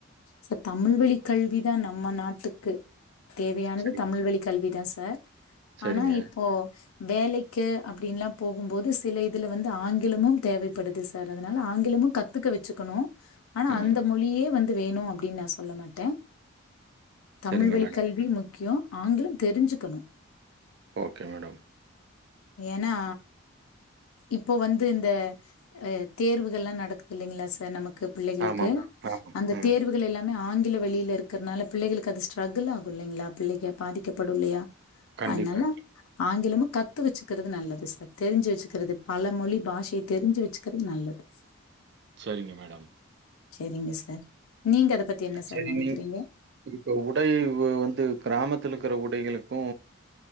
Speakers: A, on the left; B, on the right.
A: சார் தமிழ் வழி கல்விதா நம்ம நாட்டுக்கு தேவையானது
B: சரிங்க.
A: தமிழ் வழி கல்விதா சார்
B: சரிங்க.
A: ஆனா இப்போ வேலைக்கு அப்டின்ல்லா போகும்போது சில இதுல வந்து ஆங்கிலமும் தேவைப்படுது சார் அதனால ஆங்கிலமும் கத்துக்க வச்சுக்கணு ஆனா
B: ம்.
A: அந்த மொழியே வந்து வேணு அப்டின் நா சொல்ல மாட்டே தமிழ்
B: சரிங்க
A: வழி
B: மேடம்.
A: கல்வி முக்கியோ ஆங்கிலம் தெரிஞ்சுக்கணு
B: ஓகே மேடம்
A: ஏன்னா இப்போ வந்து இந்த தேர்வுகள்ள நடக்குது இல்லைங்களா சார் நமக்கு க்கு பிள்ளைகளுக்கு
B: ஆமாமா. ஆமா.
A: அந்த
B: ம்.
A: தேர்வுகள் எல்லாமே ஆங் வெளில இருக்கிறனால பிள்ளைகளுக்கு அது ஸ்டரகுள் ஆகுஇல்லைங்ளா பிள்ளைக பாதிக்கப்படு இல்லையா
B: கண்டிப்பா.
A: அதனால ஆங்கிலமு கத்து வச்சுக்கறது நல்லது சார் தெரிஞ்சு வச்சுக்றது பல மொழி பாஷைய தெரிஞ்சு வச்சுக்கறது நல்லது சார்
B: செரிங்க மேடம்
A: சேரிங்க சார் நீங்க அத பத்தி என்ன சார்
B: செரி
A: நெனைக்கிறீங்க
B: நீ இப்ப உடை வந்து கிராமத் த்தில் இருக்கிற உடைக்களுக்கூ